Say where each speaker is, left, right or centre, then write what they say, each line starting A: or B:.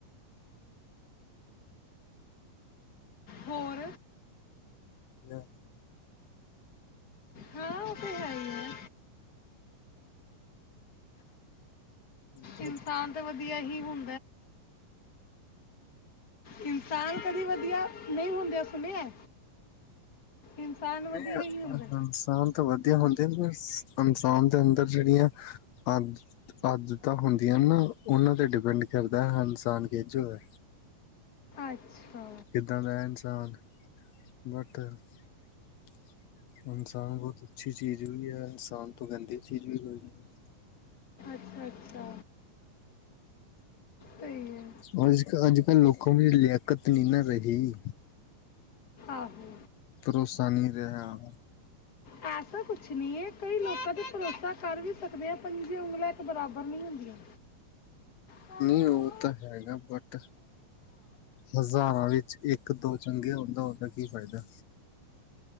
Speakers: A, on the left; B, on the left.
A: ਹੋਰ
B: ਵਧਿਆ
A: ਹਾਂ ਉਹ ਤੇ ਹੈ ਹੀ ਐ
B: ਬਹੁਤ-
A: ਇਨਸਾਨ ਤਾਂ ਵਧੀਆ ਹੀ ਹੁੰ ਇਨਸਾਨ ਕਦੀ ਵਧੀਆ ਨਹੀਂ ਹੁੰਦੇ ਸੁਣਿਆ। ਇਨਸਾਨ ਵਧੀਆ
B: ਨਹੀਂ
A: ਹੀ ਹੁੰਦਾ
B: ਇਨਸਾਨ ਤਾਂ ਵਧੀਆ ਹੁੰਦੇ ਨੇ ਇਨਸਾਨ ਦੇ ਅੰਦਰ ਜਿਹੜੀਆਂ ਆਦ ਆਦਤਾਂ ਹੁੰਦੀਆਂ ਨਾ ਉਹਨਾਂ ਤੇ <unintelligible> ਕਰਦਾ ਹ ਇਨਸਾਨ ਕੇਜੋ ਹੈ।
A: ਅੱਛਾ
B: ਕਿੱਦਾਂ ਦਾ ਇਨਸਾਨ ਬਟ ਇਨਸਾਨ ਬਹੁਤ ਅੱਛੀ ਚੀਜ਼ ਵੀ ਹੈ ਇਨਸਾਨ ਤੋਂ ਗੰਦੀ ਚੀਜ਼ ਵੀ ਕੋਈ ਨਹੀਂ
A: ਅੱਛਾ ਸਹੀ ਹੈ
B: ਹੂੰ ਅੱਜ -ਕੱਲ ਲੋਕਾਂ ਦੀ ਲਿਆਕਤ ਨਹੀਂ ਨਾ ਰਹਗੀ।
A: ਆਹੋ।
B: ਪਰੋਸਾ ਨੀਂ ਰਿਹਾ।
A: ਐਸਾ ਕੁਛ ਨਈਂ ਏੰ, ਕਈ ਲੋਕਾਂ ਤੇ ਭਰੋਸਾ ਕਰ ਵੀ ਸਕਦੇ ਆ, ਪੰਜੇ ਉਂਗਲਾਂ ਇੱਕ ਬਰਾਬਰ ਨਈਂ ਹੁੰਦੀਆਂ। ਹਾਂ
B: ਨਹੀਂ ਉਹ ਤਾਂ ਹੈਗਾ, ਬਟ ਹਜ਼ਾਰਾਂ ਵਿੱਚ ਇੱਕ ਦੋ ਚੰਗੇ ਹੁੰਦਾੁੰ ਦਾ ਕੀ ਫ਼ਾਇਦਾ